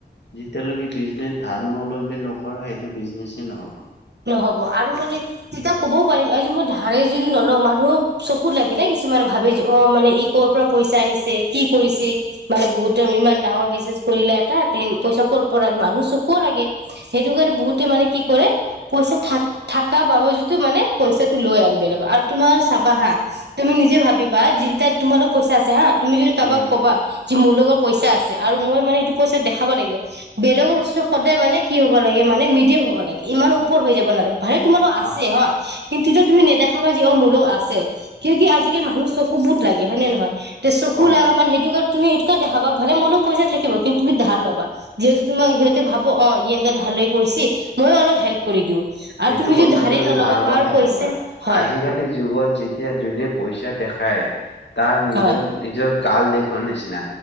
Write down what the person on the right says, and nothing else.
নহ'ব আৰু মানে তিতা ক'বও পাৰিম আজি মই ধাৰে যদি নলম মানু্হ চকুত লাগে নে কিছুমানে ভাবে- অ মানে ই কৰ পৰা পইচা আনিছে কি কৰিছে মানে বহুতে ইমান ডাঙৰ বিজনেছ কৰিলে এটা ডেন পইচা ক'ৰ পৰা আনি মানুহ চকু লাগে সেইটো কাৰণে বহুতে মানে কি কৰে- পইচা থাক থাকা বাবজুটো মানে পইচাটো লয় আৰু বেলেগক আৰু তোমাৰ চাবা হা, তুমি নিজে ভাবিবা যেতিয়া তোমালোক পইচা আছে হা- তুমি যদি কাৰোবাক
কবা যে মোৰ লগত পইচা আছে আৰু মই মানে সেইটো- পইচা দেখাব লাগিব বেলেগৰ বস্তু সদায় মানে কি হ'ব লাগে মানে মিডিয়াম হ'ব লাগে ইমানো- উপৰ হৈ যাব না- ভাই তোমালগ আছে
হা কিন্তুটো তুমি নেদেখা যি অ মোৰো আছে কিয় কি আজিকালি মানুহ চকু বহুত লাগে হয় নে নহয়? তে চকু
লাগা মানে সেইটো কাৰ তুমি এইটোকে দেখাবা ভালে মো লগত পইচা থাকিব কিন্তু তুমি ধাৰ ল'বা, যিহেতু তোমাৰ সেহঁতে ভাবব অ ই এনেকা ধাৰ লৈ কৰিছে মইও অলপ হেল্প- কৰি দিওঁ।
আৰু তুমি
যদি ধাৰে
নল'বা
কাৰো
পইচা
হয়
হয়